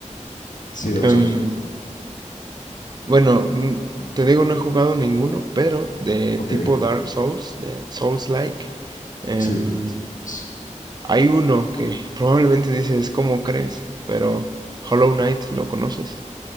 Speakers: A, on the left; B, on the right.
A: Sí, de los
B: em,
A: Souls.
B: Bueno, mm, te digo, no he jugado ninguno, pero de
A: Ok,
B: tipo Dark Souls, de Souls-like, em,
A: sí. S-
B: hay uno que probablemente dices, ¿cómo crees? Pero Hollow Knight, ¿lo conoces?